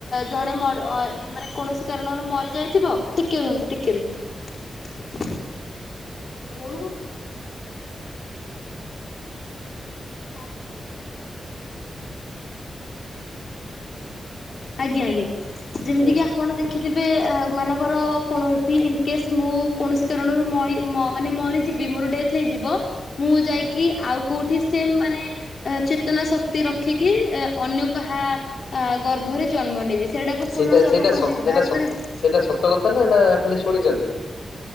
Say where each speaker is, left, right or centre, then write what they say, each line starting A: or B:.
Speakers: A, on the left; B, on the left.
A: ଜଣେ ମାନେ କୌଣସି କାରଣରୁ ମରି ଯାଇଥିବ ଟିକେ ରୁହନ୍ତୁ ଟିକେ ରୁହନ୍ତୁ। <inaudible> ଆଜ୍ଞା ଆଜ୍ଞା ଯେମିତି
B: ହୁଁ
A: କି ଆପଣ ଦେଖିଥିବେ ମାନଙ୍କର କୌଣସି ଇନକେସ୍ ମୁଁ କୌଣସି କାରଣରୁ ମରି ମ ମାନେ ମରିଯିବି ମୋର ଡେଥ୍ ହେଇଯିବ ମୁଁ ଯାଇକି ଆଉ କୋଉଠି ସେମ ମାନେ ଚେତନା ଶକ୍ତି ରଖିକି ଅନ୍ୟ କାହା ଗର୍ଭ ଭରେ ଜନ୍ମ ନେବି।
B: ସେଇଟା ସେଇଟା
A: କହନ୍ତି
B: ସ ସତ ସେଇଟା
A: ଭାରତରେ
B: ସେଇଟା ସତ କଥା ନା ଖାଲି ଶୁଣିଛନ୍ତି